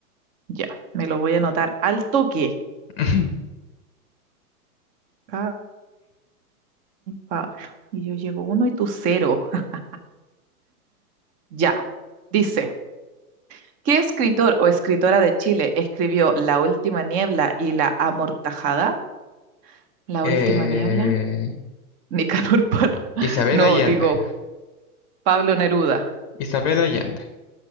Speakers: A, on the right; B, on the left.
A: Ya, me lo voy a anotar al toque.
B: <laughs>
A: Gaby Pablo. Y yo llevo uno y tú cero. <laughs> Ya, dice. ¿Qué escritor o escritora de Chile escribió La última niebla y La amortajada? ¿La
B: Eh,
A: última niebla? Nicanor Parra. <laughs>
B: Isabel
A: No,
B: Allende.
A: digo, Pablo Neruda.
B: Isabel Allende.